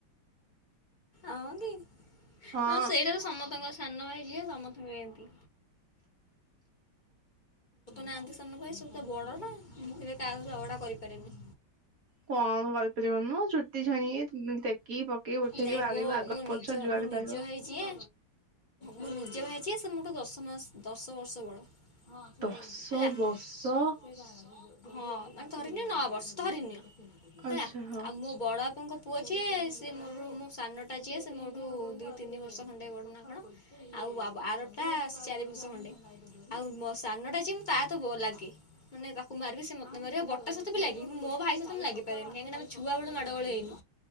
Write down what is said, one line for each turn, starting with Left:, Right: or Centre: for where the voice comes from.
Left: ଆଉ କି
Right: ହଁ
Left: ଆଉ ସେଇଟା ତ ସମସ୍ତଙ୍କ ସାନ ଭାଇ ଯିଏ ସମସ୍ତଙ୍କୁ ଏନ୍ତି। ନାହାନ୍ତି ସାନ ଭାଇ ସବୁ ତ ବଡ ନା ମୁଁ କେବେ କାହା ଝଗଡା କରିପାରେନି।
Right: କଣ କରିପାରିବନୁ ଚୁଟି ଛାଣିକି ପକେଇ ଉଠେଇକି
Left: ନାଇଁ
Right: ବାଡେଇବୁ
Left: ମୋ
Right: ଆଗ
Left: ମୋ
Right: ପଛ ଯୁଆଡେ
Left: ନିଜ
Right: ପାଇବ
Left: ଭାଇ ଯିଏ ମୋ ନିଜ ଭାଇ ଜେ ସେ ମୋଠୁ ଦଶ ମାସ ଦଶ ବର୍ଷ ବଡ଼। ହଁ
Right: ଦଶ
Left: ହେଲା
Right: ବର୍ଷ
Left: ହଁ ମାନେ ଧରିନିଅ ନଅ ବର୍ଷ ଧରିନିଅ
Right: ଆଚ୍ଛା
Left: ହେଲା
Right: ହଉ।
Left: ଆଉ ମୋ ବଡ ବାପାଙ୍କ ପୁଅ ଯିଏ ସେ ମୋର ମୋର ସାନଟା ଯିଏ ସେ ମୋଠୁ ଦିଇ ତିନି ବର୍ଷ ଖଣ୍ଡେ ବଡ଼ନା କଣ ଆଉ ଆରଟା ଚାରି ବର୍ଷ ଖଣ୍ଡେ ଆଉ ମୋ ସାନ ଟା ଜେ ମୁଁ ତା ସହ ଲାଗେ ମାନେ ତାକୁ ମାରିବି ସେ ମତେ ବଟା ସହିତ ବି ଲାଗି ମୋ ଭାଇ ସହିତ ବି ଲାଗିପାରିବନ କହିଁକିନା ଆମ ଛୁଆ ବେଳୁ ମାଡଗୋଲ ହେଇନୁ।